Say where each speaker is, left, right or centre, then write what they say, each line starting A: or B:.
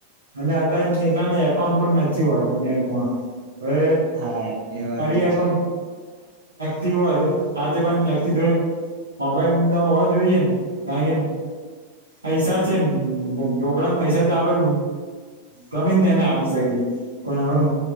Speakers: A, on the right; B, on the right.
A: અને અત એટલાને એકાઉન્ટ પણ નથી હો બેંકમાં એ
B: હા એ વાત
A: પરનો
B: તો છે
A: તિ હોય તો આજે બ નટી જોડે મોબાઈલ ન હોવો જોઈએને કારણ કે પૈસા છે આપડા પૈસા તો આપડે ગમે ને એને આપી શકીએ પણ આપ